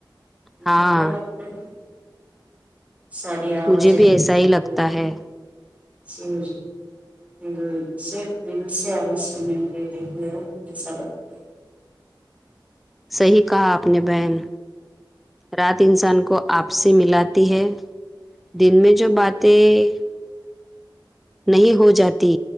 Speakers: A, on the right; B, in the centre.
A: ان
B: ہاں
A: کو کیا لگتا ہے سا <unintelligible>
B: مجھے بھی ایسا ہی لگتا ہے
A: <unintelligible> دل سے آواز نہیں دے رہے ہے ایسا لاگتا
B: صحیح کہا آپ نے بہن رات انسان کو آپ سے ملاتی ہے دن میں جو باتیں نہیں ہو جاتی